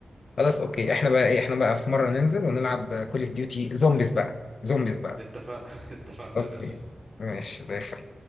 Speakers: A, on the left; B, on the right.
A: خلاص اوكي احنا بقى ايه احنا بقى في مره ننزل ونلعب كول اوف ديوتي زومبيز بقى زومبيز بقى
B: اتفق <laughs> اتفقنا
A: اوكي
B: يا باشا
A: ماشي زي الفل